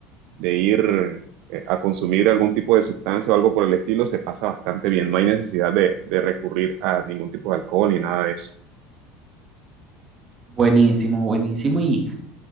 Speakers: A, on the right; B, on the right.
A: de ir eh, a consumir algún tipo de sustancia o algo por el estilo, se pasa bastante bien. No hay necesidad de, de recurrir a ningún tipo de alcohol ni nada de eso.
B: Buenísimo, buenísimo. Y